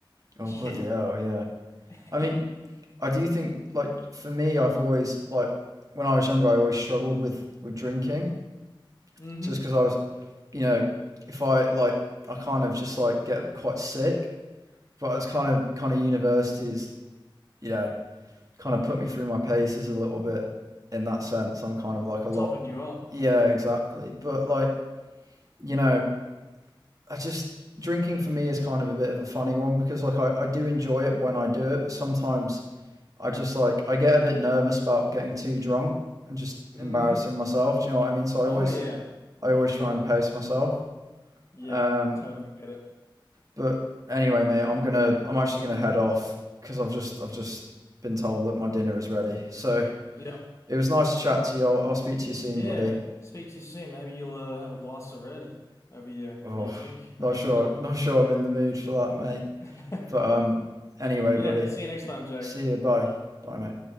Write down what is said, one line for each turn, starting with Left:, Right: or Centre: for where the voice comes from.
Right: Oh
Left: Yeah.
Right: bloody hell, yeah.
Left: <laughs>
Right: I mean, I do think like for me, I've always like when I was younger, I always struggled with with drinking
Left: Mm-hmm.
Right: just because I was you know, if I like, I kind of just like get quite sick. But it's kind of kind of universities, you know, kind of put me through my paces a little bit in that sense. I'm kind of like a lot.
Left: Toughened you up.
Right: Yeah, exactly. But like, you know, I just drinking for me is kind of a bit of a funny one because like I, I do enjoy it when I do it, but sometimes I just like I get a bit nervous about getting too drunk and just
Left: hmm
Right: embarrassing myself. Do you know what I mean? So I
Left: Oh,
Right: always
Left: yeah.
Right: I
Left: Oh,
Right: always
Left: yeah.
Right: try and pace myself.
Left: Yeah.
Right: Um,
Left: Totally get it.
Right: But anyway, mate, I'm gonna I'm actually gonna head off because I've just I've just been told that my dinner is ready. So
Left: Yep.
Right: it was nice to chat to you. I'll, I'll speak to you soon,
Left: Yeah.
Right: buddy.
Left: Speak to you soon. Maybe you'll uh, have a glass of red over your
Right: Oh,
Left: over your drink, over
Right: not
Left: your
Right: sure
Left: dinner.
Right: not sure I'm in the mood for that, mate.
Left: <laughs>
Right: But um, anyway,
Left: Yeah.
Right: buddy,
Left: See you next time, Jake.
Right: see you. Bye, bye, mate.